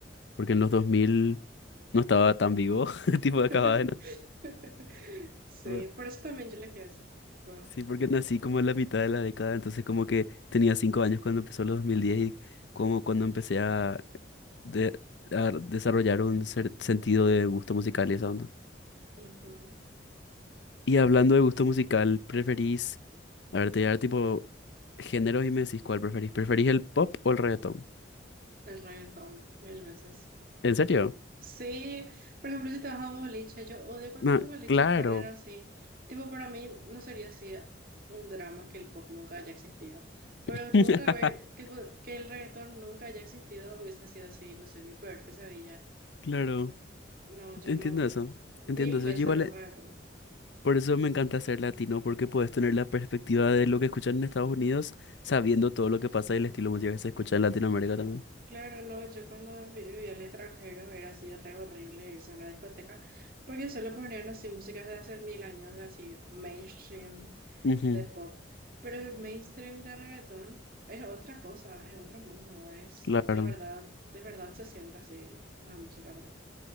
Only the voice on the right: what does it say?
<laughs>
Sí,
por eso también yo elegí eso, tipo,
ujú,
el reggaetón, mil veces.
Sí, por ejemplo, si te vas a un boliche, yo odio cuando
los boliches
ponen así, tipo, para mí no sería así un drama que el pop nunca haya existido, pero
nunca ver, tipo, que el reggaetón nunca haya existido hubiese sido así, no sé, mi peor pesadilla.
No, yo
no.
Mil
veces
el reggaetón.
Claro, no, yo cuando vi- vivía en el extranjero era así de re horrible irse a una discoteca porque solo ponían así músicas de hace mil años, así mainstream
de pop. Pero el mainstream de reggaetón es otra cosa, es otro mundo, es
de verdad, de verdad se siente así la música por ahí.